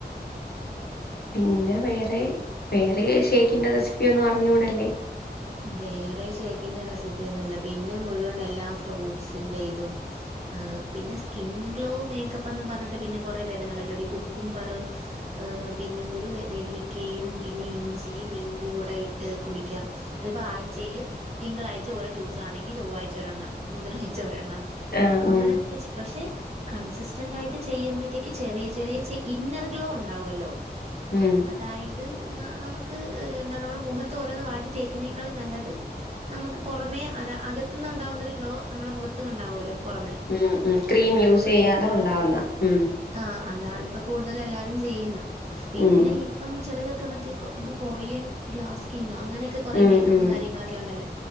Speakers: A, on the left; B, on the right.
A: പിന്നെ വേറെ വേറെ ഷേയ്ക്കിന്റെ റെസിപ്പി ഒന്നും അറിഞ്ഞൂടല്ലേ
B: വേറെ ഷേക്കിന്റെ റെസിപ്പി ഒന്നുല്ല പിന്നെ മുഴുവൻ എല്ലാം ഫ്രൂട്ട്സിന്റെ ഇതും ഏഹ് പിന്നെ സ്കിൻ ഗ്ലോ മേക്കപ്പെന്നും പറഞ്ഞിട്ട് പിന്നെ കൊറെ വരുന്നുണ്ടല്ലോടി കുക്കുംബറ് ഏഹ് പിന്നെ എന്തര് നെല്ലിക്കയും പിന്നെ ഇഞ്ചിയും ഇന്റും കൂടെ ഇട്ട് കുടിക്കാം അത്പ്പോ ആഴ്ചേല് തിങ്കളാഴ്ച ഓരോ ജ്യൂസാണെങ്കി, ചൊവ്വാഴ്ച ഒരെണ്ണം, ബുധനാഴ്ച ഒരെണ്ണം
A: ആഹ്
B: അങ്ങനൊക്കെ
A: ഉം
B: ചെ പക്ഷെ കൺസിസ്റ്റന്റ് ആയിട്ട് ചെയ്യുമ്പത്തേക്ക് ചെറിയ ചെറിയ ഇന്നർ ഗ്ലോ ഉണ്ടാവല്ലോ
A: ഉം
B: അതായത് നമുക്ക് എന്താ നമ്മുടെ മുഖത്ത് ഓരോന്ന് വാരി തേക്നേക്കാളും നല്ലത് നമുക്ക് പുറമെ അല്ല അകത്ത്ന്ന് ഉണ്ടാവുന്നൊരു ഗ്ലോ നമ്മുടെ മുഖത്ത്ണ്ടാവല്ലോ പുറമേ
A: ഉം ഉം ക്രീം
B: അതാണിപ്പ
A: യൂസ്യ്യാതെ
B: കൂടുതലും
A: ഉണ്ടാവുന്ന ഉം
B: ആഹ് അതാണ് ഇപ്പ കൂടുതൽ എല്ലാരും ചെയ്യുന്ന പിന്നെയി
A: ഉം
B: ഇപ്പം ചിലരൊക്കെ മറ്റേ കൊ എന്താ കൊറിയൻ ഗ്ലാസ്കിന്നോ അങ്ങനെയൊക്കെ കുറെ
A: ഉം
B: മേക്കപ്പും
A: ഉം
B: കാര്യങ്ങളൊക്കെ ഉണ്ടല്ലോ